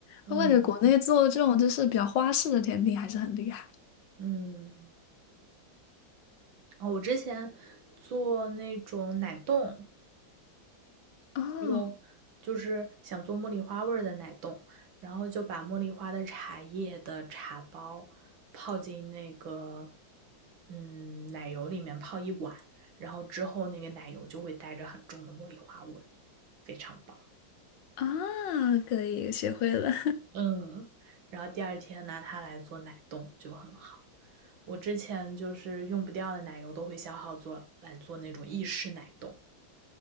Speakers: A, on the right (about 80°); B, on the left (about 70°).
A: 嗯
B: 我感觉国内做这种就是比较花式的甜品还是很厉害。
A: 嗯，哦，我之前做那种奶冻，
B: 哦，
A: 用就是想做茉莉花味儿的奶冻，然后就把茉莉花的茶叶的茶包泡进那个嗯奶油里面泡一晚，然后之后那个奶油就会带着很重的茉莉花味儿，非常棒。
B: 啊，可以，学会了。
A: 嗯，然后第二天拿它来做奶冻就很好。我之前就是用不掉的奶油都会消耗做来做那种意式奶冻，